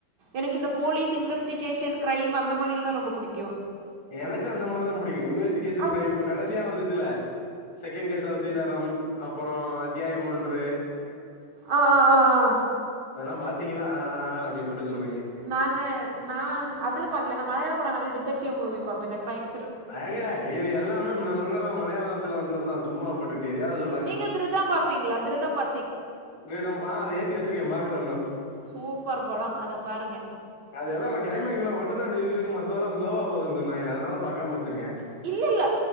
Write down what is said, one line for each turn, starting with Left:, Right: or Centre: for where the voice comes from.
Right: எனக்கு இந்த போலீஸ் இன்வெஸ்டிகேஷன் கிரைம் அந்த மாரில்லா ரொம்ப புடிக்கு
Left: எனக்கு அந்த மாரிதா பிடிக்கு இன்வெஸ்டிகேஷன்
Right: அத்
Left: கிரைம் இப்ப கடைசியா வந்துச்சுல செகண்ட் கேஸ் ஆஃப் சீதாரம் அப்பற அத்தியாயம் ஒன்று
Right: ஆ ஆ ஆ
Left: அதெல்லா பாத்தீங்களா ஆ ஆ ஆ அப்டின்னு மட்டு சொல்
Right: நாங்க நான் அதுல பாக்கல நா மலையால பட நெறைய டிடெக்டிவ் மூவி பாப்பே இந்த கிரைம்
Left: ஏங்க இ து எல்லாமே நா சொல்றலா மலையாளத்துல வந்ததுதா சும்மா போட்டுக்கிட்டு எதையாவது
Right: நீங்க திருதம் பாப்பீங்களா திருதம் ப
Left: கீரிடம்பா ஆ ஏத்தி வச்சிருக்கே பாக்கல இன்னு
Right: சூப்பர் படோ அத பாருங்க
Left: அது எதோ கிளைமக்ஸ்ல மட்டுந்தா <unintelligible> இருக்கு மத்ததெல்லா ஸ்லோவ போகுது சொன்னாங்கலே அதனால பாக்காம வச்சிருக்கே
Right: இல்லல்ல